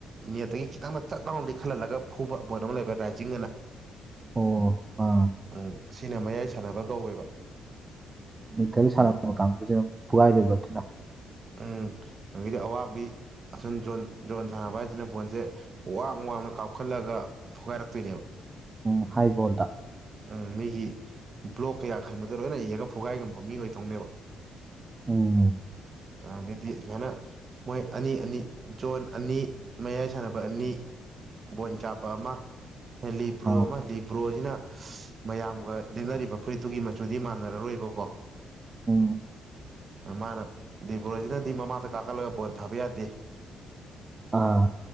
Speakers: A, on the right (about 45°); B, on the right (about 25°).
A: ꯅꯦꯠꯇꯒꯤ ꯈꯤꯇꯪꯗ ꯆꯠ ꯂꯥꯡꯅꯗꯤ ꯈꯜꯍꯜꯂꯒ ꯐꯨꯕ ꯄꯕꯣꯏꯠ ꯑꯃ ꯂꯩꯕ ꯔꯥꯏꯖꯤꯡ ꯑꯅ
B: ꯑꯣ ꯑꯥ
A: ꯎꯝ ꯁꯤꯅ ꯃꯌꯥꯏ ꯁꯥꯟꯅꯕ ꯀꯧꯋꯦꯕ
B: ꯃꯤꯊꯜ ꯁꯥꯟꯅꯕ
A: ꯎꯝ
B: ꯀꯥꯡꯁꯤꯅ ꯐꯨꯒꯥꯏꯗꯣꯏꯕ ꯑꯗꯨꯅ
A: ꯎꯝ ꯅꯪꯒꯤꯗꯤ ꯑꯋꯥꯡꯕꯤ ꯑꯁꯨꯝ ꯖꯣꯟ ꯖꯣꯟ ꯁꯥꯟꯅꯕ ꯍꯥꯏꯁꯤꯅ ꯐꯣꯟꯁꯦ ꯋꯥꯡ ꯋꯥꯡꯅ ꯀꯥꯞꯈꯠꯂꯒ ꯐꯨꯒꯥꯏꯔꯛꯇꯣꯏꯅꯦꯕ
B: ꯎꯨꯝ ꯍꯥꯏꯕꯣꯟꯜꯗ
A: ꯎꯝ ꯃꯤꯒꯤ ꯕ꯭ꯂꯣꯛ ꯀꯌꯥ ꯈꯟꯕꯗ ꯂꯣꯏꯅ ꯏꯔꯒ ꯐꯨꯒꯥꯏ ꯉꯝꯕ ꯃꯤꯈ ꯇꯧꯅꯦꯕ
B: ꯑꯣ
A: ꯑꯗꯒꯤꯗꯤ ꯁꯨꯃꯥꯏꯅ ꯃꯣꯏ ꯑꯅꯤ ꯑꯅꯤ ꯖꯣꯟ ꯑꯅꯤ ꯃꯌꯥꯏ ꯁꯥꯟꯅꯕ ꯑꯅꯤ ꯒꯣꯟꯆꯥꯄ ꯑꯃ ꯂꯤꯄ꯭ꯔꯣ
B: ꯑꯥ
A: ꯑꯃ ꯂꯤꯄ꯭ꯔꯣ ꯑꯩꯅ ꯃꯌꯥꯝꯒ ꯂꯦꯡꯅꯔꯤꯕ ꯐꯨꯔꯤꯠꯇꯨꯒꯤ ꯃꯆꯨꯗꯤ ꯃꯥꯟꯅꯔꯔꯣꯏꯕꯀꯣ
B: ꯎꯝ
A: ꯃꯥꯅ ꯗꯤꯕ꯭ꯔꯣꯖꯤꯅꯗꯤ ꯃꯃꯥꯡꯗ ꯀꯥꯈꯠꯂꯒ ꯄꯣꯏꯟ ꯊꯥꯕ ꯌꯥꯗꯦ
B: ꯑꯥ